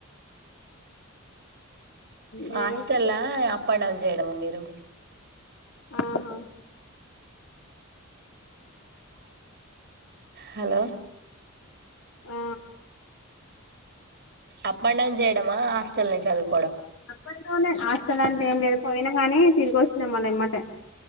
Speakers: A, on the left (about 65°); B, on the right (about 55°).
A: నేను
B: హాస్టల్లా అప్ అండ్ డౌన్ చేయడమ మీరు
A: ఆహా
B: హలో
A: ఆ
B: అప్ అండ్ డౌన్ చేయడమా హాస్టల్నే చదువు
A: అప్పట్లో నే హాస్టలన్ ఏం లేదు పోయినా గనీ తిరిగి వచ్చిన మళ్ళ ఎమ్మటే